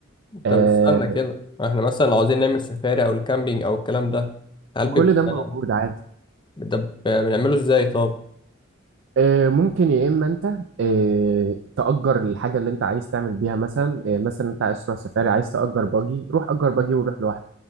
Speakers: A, on the left (about 25°); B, on the right (about 65°).
A: طب
B: آه
A: استنى كده احنا مثلا لو عاوزين نعمل سفاري او الكامبينج او الكلام ده هل بيبقى
B: كل ده موجود عادي
A: ده بنعمله ازاي طب
B: آه ممكن يا اما انت آه تأجر الحاجه اللي انت عايز تعمل بيها مثلا آه مثلا انت عايز تروح سفاري عايز تأجر باجي روح أجر باجي وروح لوحدك